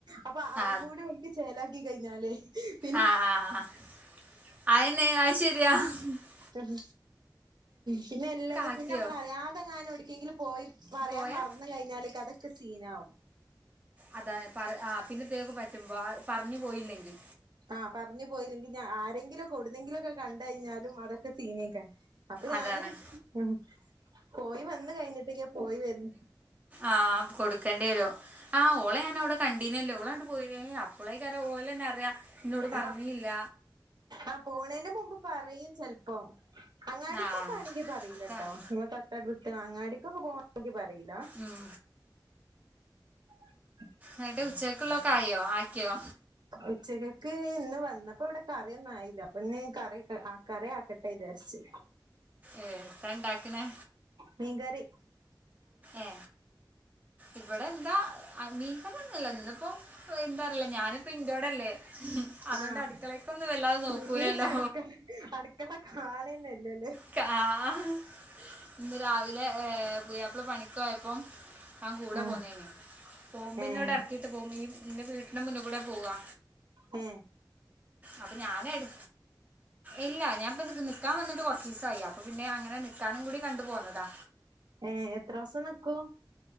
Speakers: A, on the right; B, on the right.
A: അപ്പ
B: ആ,
A: ഔംകൂടി ഓൽക്ക് ചേലാക്കി. കഴിഞ്ഞാലെ <unintelligible>
B: ആഹ് ആഹ് ആഹ് അയെന്നെ അയ് ശെരിയാ <unintelligible>
A: <unintelligible> എത് പിന്നെല്ലെത്
B: ആക്കിയോ
A: പിന്നള് അറിയാതെങ്ങാനേ ഓട്ക്കെങ്കിലും പോയ്. പറയാൻ
B: പോയാ
A: മറന്ന് കഴിഞ്ഞാല് കതൊക്കെ സീനാവും.
B: അതാ പറ ആഹ് പിന്നെതേക്ക് പറ്റുമ്പോ പറഞ്ഞുപോയില്ലെങ്കിൽ.
A: ആഹ് പറഞ്ഞു പോയില്ലെങ്കിൽ ഞാ ആരെങ്കിലെക്കെ എവിട്ന്നെങ്കിലെക്കെ കണ്ടെയിഞ്ഞാലും അതൊക്കെ സീനെയ്ക്കാരം. അപ്പ ഞാന്
B: അതാണ്
A: ഉം പോയി വന്ന് കഴിഞ്ഞിട്ടില്ല പോയി വെര്
B: ആഹ് കൊടുക്കെണ്ടേരും. ആഹ് ഓളെ ഞാനവിടെ കണ്ടീന്നല്ലോ ഓളാണ്ട് പോയിന്നേ അപ്പളെയ്കാരം ഓലന്നെറിയാ ഇന്നോട് പറഞ്ഞീല്ല.
A: ആഹ് ആഹ് പോവ്ണേന്റ് മുമ്പ് പറയും ചെൽപ്പം. അങ്ങാടിക്കൊക്കെ
B: ആ
A: ആണെങ്കി പറീലട്ടോ
B: അതാണ്
A: ഇങ്ങളെ തെട്ടട് വിട്ട് അങ്ങാടിക്കൊക്കെ പോകാണെങ്കിൽ പറീല.
B: ഉം.
A: <unintelligible>
B: എന്നട്ട് ഉച്ചെക്ക്ള്ളതെക്കെ ആയോ ആക്കിയോ?
A: ഉച്ചെകെക്ക് ഇന്ന് വന്നപ്പോ ഇവ്ടെ കറിയെന്നിയില്ല അപ്പൊ ഞി കറിയെക്കെ കറി ആ കട്ടെ വിജാരിച്ച്.
B: ഏഹ് എന്താ ഇണ്ടാക്ക്ണെ.
A: മീൻ കറി.
B: ഏ ഇവിടെ എന്താ <unintelligible> ഇന്ന് ഇപ്പോ എന്താ അറിയില്ല ഞൻ പ്പിൻ്റേടല്ലെ അതേണ്ട്
A: ആഹ്
B: അടുക്കളെക്കൊന്നും വല്ലാതെ നോക്കൂലല്ലോ.
A: ഇന്ന് ഇനി അടുക്കള അടുക്കള കാണന്നല്ല ല്ലേ..,
B: ക്കാഹ്.. ഇന്ന് രാവിലെ പുയാപ്ള പണിക്കോയപ്പേ. ആ കൂടെ
A: ആഹ്
B: പോന്നെയ്ന് പോവുമ്പോ
A: ഏഹ്
B: ന്നവിടെ എറക്കീട്ട് പേവും ഈ ൻ്റെ വീട്ടിൻ്റെ മുന്ന്ക്കൂടെ പോവാ.
A: ഏ
B: അപ്പ ഞാനെട് ഇല്ല ഞാപ്പ നിക്കാംവന്നിട്ട് കെർച്ചീ സായി അപ്പൊ പിന്നെ അങ്ങനെ നിക്കാനും കൂടി കണ്ട് പേന്നതാ.
A: ഏ എത്രൂസം നിക്കും.